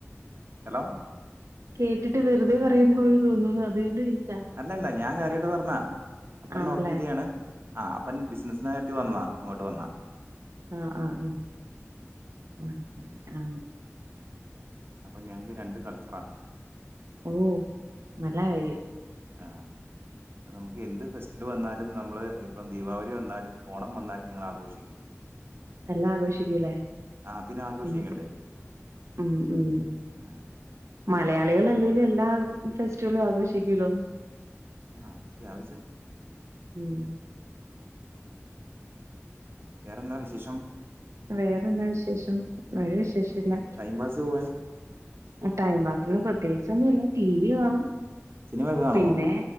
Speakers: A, on the right (about 50°); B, on the right (about 80°).
A: ഹലോ
B: കേട്ടിട്ട് വെറുതെ പറയുന്ന പോലെ തോന്നുന്നു <unintelligible>
A: അല്ലല്ല ഞാൻ കാര്യായിട്ട് പറഞ്ഞാ അപ്പൻ
B: ആണല്ലേ
A: നോർത്ത് ഇന്ത്യയാണ് ആ അപ്പൻ ബിസിനസ്സിനായിട്ട് വന്നാ ഇങ്ങോട്ട് വന്നാ
B: അ അ ആ അങ്ങനെ ആ
A: അപ്പം ഞങ്ങക്ക് രണ്ട് കൾച്ചറാ
B: ഓ നല്ലകാര്യം
A: ആ നമുക്ക് എന്ത് ഫെസ്റ്റ്ൽ വന്നാലും നമ്മള് ഇപ്പം ദീപാവലി വന്നാലും ഓണം വന്നാലും ഞങ്ങൾ ആഘോഷിക്കും
B: എല്ലാം ആഘോഷിക്കും ല്ലേ
A: ആ പിന്നെ ആഘോഷിക്കണ്ടേ
B: ഉം ഉം ഉം
A: ഉം.
B: മലയാ ആളുകളല്ലേലും എല്ലാ ഫെസ്റ്റിവലും ആഘോഷിക്കുല്ലോ
A: ആ അത്യാവശ്യം
B: ഉം
A: വേറെന്താ വിശേഷം
B: വേറെന്താ വിശേഷം ഒരു വിശേഷൂല്ല
A: ടൈം പാസ് പോവാൻ
B: ടൈം പാസിന് പ്രത്യേകിച്ചൊന്നുല്ല ടി വി കാണും
A: സിനിമയൊക്കെ കാണുവോ
B: പിന്നെ